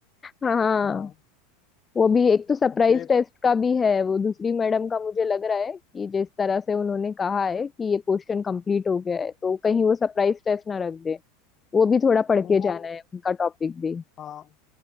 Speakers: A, on the left (about 20°); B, on the left (about 35°).
A: हाँ
B: हाँ
A: वो भी एक तो सरप्राइज
B: अब पे
A: टेस्ट का भी है वो दूसरी मैडम का मुझे लग रहा है कि जिस तरह से उन्होंने कहा है कि ये क्वेश्चन कंप्लीट हो गया है तो कहीं वो सरप्राइज टेस्ट ना रख दे वो भी थोड़ा पढ़
B: वो
A: के जाना है उनका टॉपिक भी
B: हाँ